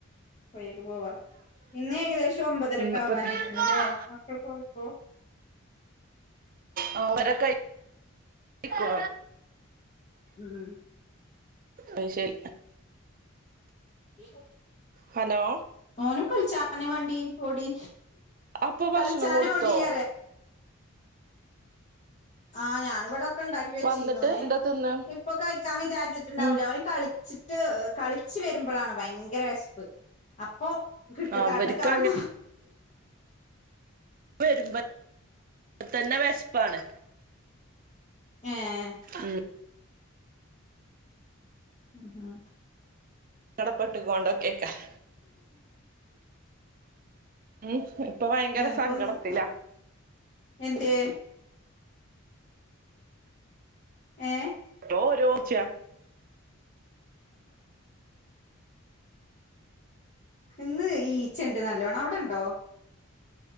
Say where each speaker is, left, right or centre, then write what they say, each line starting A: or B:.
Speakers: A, on the left; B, on the right.
A: പോയി പോവാ ഇന്ന് ഏകദേശം ഒമ്പതരക്കെ
B: നാപ്പത്തി
A: ആവാനയിക്കണല്ലേ
B: ആഹ്
A: മക്കൾ പോ ഓ
B: ഓ ഓരക്കഴി ഇക്കു
A: ഉം
B: അ ശരി
A: <unintelligible>
B: ഹലോ
A: ഓനും കളിച്ചാന്നെ വണ്ടി ഓടി
B: അപ്പൊ ഭക്ഷണം
A: കളിച്ചാനും
B: കൊടുത്തോ
A: ഓടറിയ ആഹ് ഞാനിവിടെക്കെ ഉണ്ടാക്കി വെച്ചീന്നു
B: വന്നിട്ട്
A: ഓന്
B: എന്താ തിന്ന്
A: ഇപ്പൊ കഴിക്കാൻ വിചാരിച്ചിട്ടുണ്ടാവൂല്ല
B: ഉം
A: ഓന് കളിച്ചി ട്ട് കളിച്ച് വരുമ്പോഴാണ് ഭയങ്കര വിശപ്പ് ഓഹ് ക് ട്ട്
B: അവർക്ക്
A: കണ്ണ് കാൺണ
B: വെര്മ്പ ത്തന്നെ വെശ്പ്പാണ്.
A: ഏഹ്
B: ഉംഹ്
A: ഉംഹ് ആഹ്
B: കടപെട്ട്കോണ്ടക്കെയ്ക്കാരം മ് ഇപ്പൊ ഭയങ്കര
A: ഇവനിപ്പം
B: സങ്കടത്തിലാ
A: എന്ത്യേ ഏഹ്
B: <unintelligible>
A: ഇന്ന് ഈച്ചണ്ട് നല്ലോണം അവ്ടണ്ടോ?